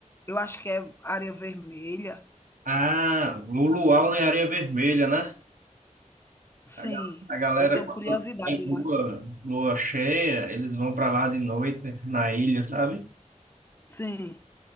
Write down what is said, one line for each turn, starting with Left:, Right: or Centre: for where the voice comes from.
Left: Eu acho que é Areia Vermelha.
Right: Ah, o luau em areia vermelha, né?
Left: Sim,
Right: A ga- a galera,
Left: eu tenho
Right: quando
Left: curiosidade
Right: tem
Left: de ir
Right: lua,
Left: lá.
Right: lua cheia, eles vão para lá de noite na ilha, sabe?
Left: Sim,